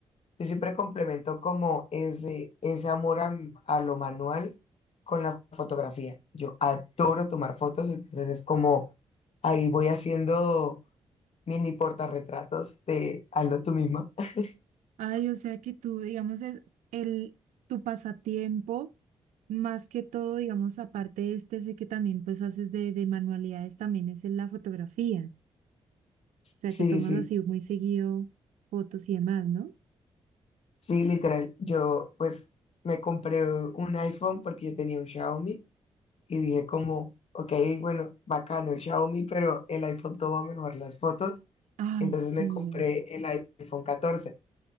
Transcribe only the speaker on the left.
Yo siempre complemento como ese, ese amor a, a lo manual con la fotografía. Yo adoro tomar fotos, entonces es como ahí voy haciendo mini portarretratos de hazlo tú misma. <laughs>
Sí,
sí,
sí, literal. Yo pues me compré un iPhone porque yo tenía un Xiaomi y dije como, ok, bueno, bacano el Xiaomi, pero el iPhone toma mejor las fotos.
Entonces
me compré el iPhone catorce